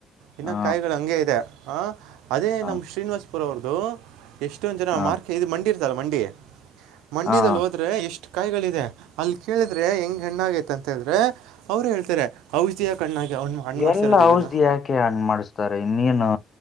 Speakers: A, on the right (about 80°); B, on the left (about 50°).
A: ಇನ್ನು
B: ಹಾ
A: ಕಾಯಿಗಳು ಹಂಗೆ ಇದೆ ಆ ಅದೇ
B: ಹಾ
A: ನಮ್ ಶ್ರೀನಿವಾಸಪುರ್ ಅವ್ರ್ದು ಎಷ್ಟೊಂದ್ ಜನ
B: ಹಾ
A: ಮಾರ್ಕೆ ಇ ಮಂಡಿ ಇರ್ತಲ್ಲ ಮಂಡಿ ಮಂಡಿಲ್
B: ಹಾ
A: ಹೋದ್ರೆ ಎಷ್ಟ ಕಾಯಿಗಳಿದೆ ಅಲ್ಲಿ ಕೇಳಿದ್ರೆ ಹೆಂಗ ಹೆಣ್ಣಾಗೈತ ಅಂತ ಹೇಳಿದ್ರೆ ಅವ್ರು ಹೇಳ್ತಾರೆ ಔಷಧಿಯ ಕಣ್ಣಾಗಿ ಅವ್ನು ಹಣ್ಣು ಮಾಡ್ಸಿರೋದು
B: ಎಲ್ಲ
A: ಇದನ್ನು
B: ಔಷಧಿ ಯಾಕೆ ಹಣ ಮಾಡಿಸ್ತಾರೆ ಇನ್ನನ್ ಹ